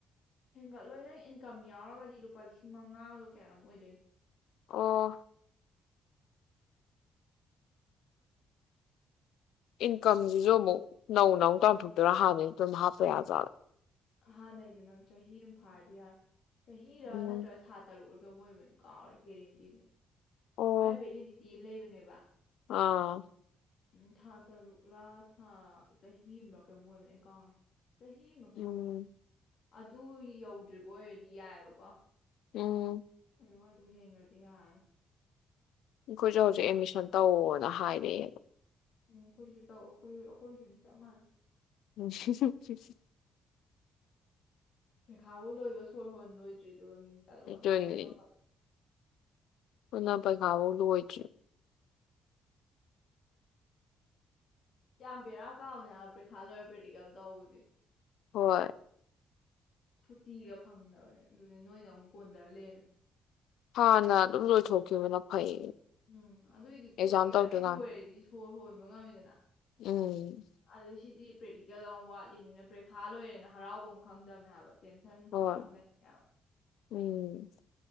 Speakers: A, on the left; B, on the left.
A: ꯍꯦꯟꯒꯠꯂꯣꯏ ꯅꯪ ꯏꯟꯀꯝ ꯌꯥꯎꯔꯒꯗꯤ ꯂꯨꯄꯥ ꯂꯤꯁꯤꯡ ꯃꯉꯥꯒ ꯀꯌꯥꯅꯣꯝ ꯑꯣꯏꯗꯣꯏꯅꯤ
B: ꯑꯣ ꯏꯟꯀꯝꯁꯤꯁꯨ ꯑꯃꯨꯛ ꯅꯧꯅ ꯇꯥꯟꯊꯣꯛꯇꯣꯢꯔꯣ ꯍꯥꯟꯅꯩ ꯑꯗꯨꯝ ꯍꯥꯞꯄ ꯌꯖꯥꯠꯂꯥ
A: ꯍꯥꯟꯅꯩꯗꯨ ꯅꯪ ꯆꯍꯤ ꯑꯃ ꯐꯥꯔꯗꯤ ꯌꯥꯔꯣꯢ ꯆꯍꯤꯔ
B: ꯎꯝ
A: ꯅꯠꯇ꯭ꯔꯒ ꯊꯥ ꯇꯔꯨꯛꯔ ꯑꯣꯏꯕꯅꯤ ꯀꯥꯎꯔꯦ ꯒꯦꯔꯦꯟꯇꯤꯗꯤ
B: ꯑꯣ
A: ꯃꯥꯢ ꯕꯦꯂꯦꯗꯤꯇꯤ ꯂꯩꯕꯅꯦꯕ
B: ꯑꯥ
A: ꯎꯝ ꯊꯥ ꯇꯔꯨꯛꯂꯥ ꯊꯥ ꯆꯍꯤ ꯑꯃꯔꯥ ꯀꯩꯅꯣꯝ ꯑꯣꯏꯕꯅꯤ ꯑꯩ ꯀꯥꯎꯔꯦ ꯆꯍꯤ ꯑꯃꯔ ꯀꯩꯅꯣꯝ
B: ꯎꯝ
A: ꯑꯣꯢꯕꯅꯤ ꯑꯗꯨ ꯌꯧꯗ꯭ꯔꯤꯕ ꯑꯣꯏꯔꯗꯤ ꯌꯥꯏꯑꯕꯀꯣ
B: ꯎꯝ
A: ꯑꯗ ꯑꯗꯨ ꯍꯦꯟꯒ꯭ꯔꯗꯤ ꯌꯥꯔꯔꯣꯏ
B: ꯑꯩꯈꯣꯏꯁꯨꯦ ꯍꯧꯖꯤꯛ
A: ꯅꯧꯔꯦ.
B: ꯑꯦꯗꯃꯤꯁꯟ ꯇꯧꯋꯣꯅ ꯍꯥꯏ ꯑꯦ
A: ꯎꯝ ꯑꯩꯈꯣꯏꯁꯨ ꯇꯧ ꯑꯩꯈꯣꯏꯁꯨ ꯑꯩꯈꯣꯏꯁꯨ ꯆꯞ ꯃꯥꯟꯅꯩ
B: ꯎ ꯆ <unintelligible>
A: ꯄꯩꯈꯥꯕꯨ ꯂꯣꯏꯕ ꯁꯣꯔ ꯍꯣꯟ ꯂꯣꯏꯗ꯭ꯔꯤ ꯑꯗꯨꯒ ꯃꯤꯡꯆꯜꯂꯣꯅ
B: ꯑꯗꯨꯅꯤ
A: ꯑꯃꯨꯛ ꯇꯧꯈꯠꯂꯛꯑꯦ
B: ꯅꯥꯟ ꯄꯩꯈꯥꯕꯎ ꯂꯣꯢꯗ꯭ꯔꯤ
A: ꯌꯥꯝ ꯕꯦꯔꯥ ꯀꯥꯕꯅꯦ ꯍꯥꯏꯕ ꯄꯩꯈꯥ ꯂꯣꯏꯔ ꯄ꯭ꯔꯦꯛꯇꯤꯀꯦꯜ ꯇꯧꯕꯁꯦ
B: ꯍꯣꯏ
A: ꯁꯨꯇꯤꯒ ꯐꯪꯗꯕꯅꯦ ꯑꯗꯨꯒ ꯅꯣꯏꯅ ꯑꯃꯨꯛ ꯀꯣꯟꯗꯔ ꯂꯩꯔꯝꯃꯤ
B: ꯍꯥꯟꯅ ꯑꯗꯨꯝ ꯂꯣꯏꯊꯣꯛꯈꯤꯕꯅ ꯐꯩ
A: ꯎꯝ ꯑꯗꯨꯏꯗꯤ ꯀꯣꯛꯑ
B: ꯑꯦꯛꯖꯥꯝ ꯇꯧꯗ꯭ꯔꯤꯀꯥꯟ
A: ꯑꯗꯨ ꯍꯦꯛ ꯂꯣꯏꯔꯗꯤ ꯁꯣꯔ ꯍꯣꯟꯕ ꯉꯝꯃꯤꯗꯅ
B: ꯎꯝ
A: ꯑꯗꯨ ꯁꯤꯗꯤ ꯗꯤ ꯄ꯭ꯔꯦꯛꯇꯤꯀꯦꯜ ꯑꯃꯨꯛ ꯋꯥꯠꯂꯤꯝꯅꯤꯅ ꯄꯩꯈꯥ ꯂꯣꯏꯔꯦꯅ ꯍꯔꯥꯎꯕꯝ ꯈꯪꯗꯕꯅꯦ ꯍꯥꯏꯕ ꯇꯦꯟꯁꯟ
B: ꯍꯣꯏ
A: ꯌꯥꯝ ꯂꯩꯌꯦꯕ
B: ꯎꯝ